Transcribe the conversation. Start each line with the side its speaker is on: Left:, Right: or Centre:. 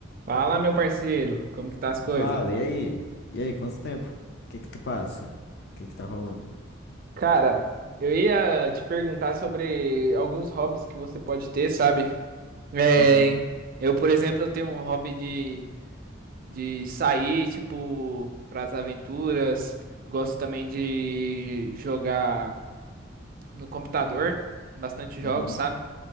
Right: Fala, meu parceiro, como que tá as coisas?
Left: Fala, e aí? E aí, quanto tempo? O que que tu passa? O que que tá rolando?
Right: Cara, eu ia te perguntar sobre alguns hobbies que você pode ter, sabe? É,
Left: Uhum,
Right: eu, por exemplo, eu tenho um hobby de, de sair, tipo, pras aventuras. Gosto também de jogar no computador, bastante jogos,
Left: uhum,
Right: sabe?